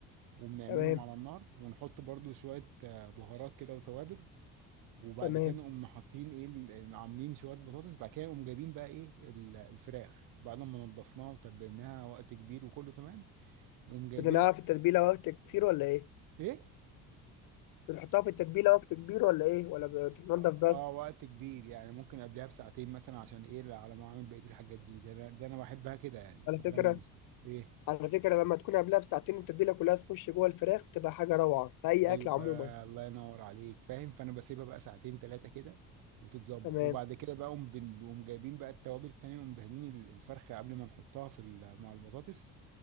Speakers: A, on the right; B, on the left.
A: وبنعملهم
B: تمام
A: على النار ونحط برضو شوية آه، بهارات كده وتوابل وبعد
B: تمام
A: كده نقوم حاطين ايه ال- يعني عاملين شويه بطاطس بعد كده نقوم جايبين بقى ايه ال- الفراخ بعد ما نضفناها وتبلناها وقت كبير وكله تمام نقوم جايبين
B: بتنقع في التتبيله وقت كتير ولا ايه
A: ايه
B: بتحطها في التتبيله وقت كبير ولا ايه ولا بتتنضف
A: اه
B: بس
A: آه، وقت كبير يعني ممكن قبلها بساعتين مثلا عشان ايه على ما اعمل بقيه الحاجات دي ده انا ده انا بحبها كده يعني
B: على
A: بعد
B: فكره
A: ما نس- ايه
B: على فكره لما تكون قبلها بساعتين التتبيله كلها تخش جوه الفراخ بتبقى حاجه روعه في اي
A: ايوه
B: اكل عموما
A: الله ينور عليك فاهم فانا بسيبها بقى ساعتين ثلاثه كده وتتظبط
B: تمام
A: وبعد كده بقى نقوم بن- نقوم جايبين بقى التوابل التانية نقوم دهنين ال- الفرخه قبل ما نحطها في ال- مع البطاطس